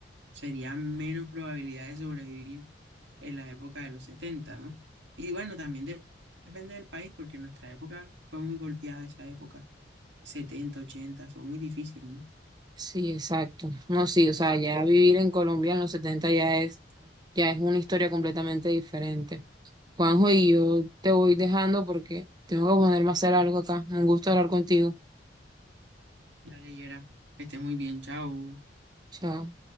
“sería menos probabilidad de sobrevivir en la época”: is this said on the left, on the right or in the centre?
Right